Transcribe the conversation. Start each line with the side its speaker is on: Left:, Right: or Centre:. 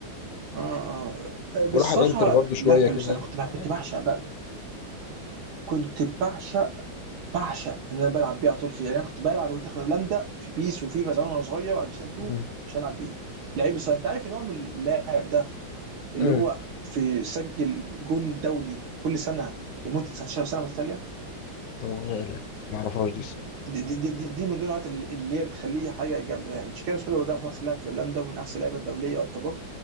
Right: اه اه آه، بس
Left: وراح الانتر
Right: صراحة
Left: برضو شويه
Right: لعب حلو
Left: كده
Right: بس انا كنت بقى كنت
Left: يعني
Right: بعشق بقى كنت بعشق بعشق ان انا بلعب بيه على طول فيه يعني انا كنت بلعب منتخب هولندا في بيس وفيفا زمان وانا صغير على بلايستيشن 2
Left: امم
Right: عشان العب بيه لعيب بس انت عارف ان هو من اللاعب ده اللي
Left: امم
Right: هو في سجل جون دولي كل سنة لمدة 19 سنة متتالية
Left: هو غالي ما اعرفهاش دي الصراحة.
Right: دي دي دي, دي, دي من ضمن النقط اللي اللي هي بتخليه حاجه جامده يعني شيكابالا بالنسبه لي هو ده احسن لاعب في هولندا ومن احسن اللعيبه الدوليه يعتبر